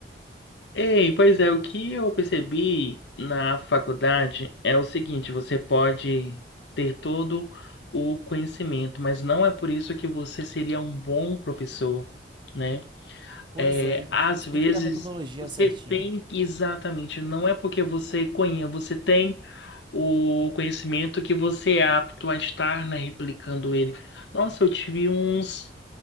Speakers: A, on the left; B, on the right.
A: Ei, pois é, o que eu percebi na faculdade é o seguinte, você pode ter todo o conhecimento, mas não é por isso que você seria um bom professor, né?
B: Pois
A: É,
B: é, você
A: às vezes
B: tem que ter a metodologia
A: você
B: certinha.
A: tem exatamente, não é porque você conhece, você tem o conhecimento que você é apto a estar, né, replicando ele. Nossa, eu tive uns